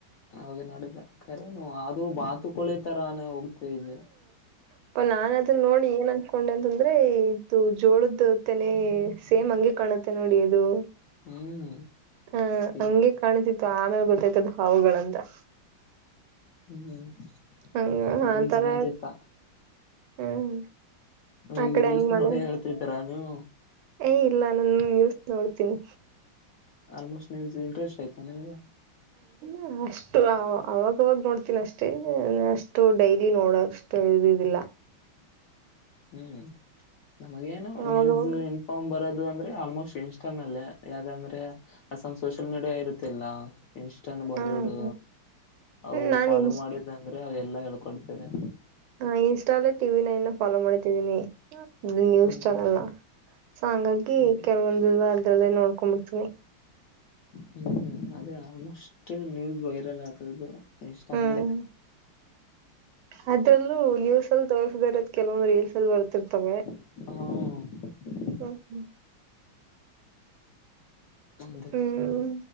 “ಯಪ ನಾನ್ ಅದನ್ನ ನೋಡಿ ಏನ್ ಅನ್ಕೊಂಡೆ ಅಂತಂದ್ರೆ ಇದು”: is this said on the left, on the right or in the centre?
Right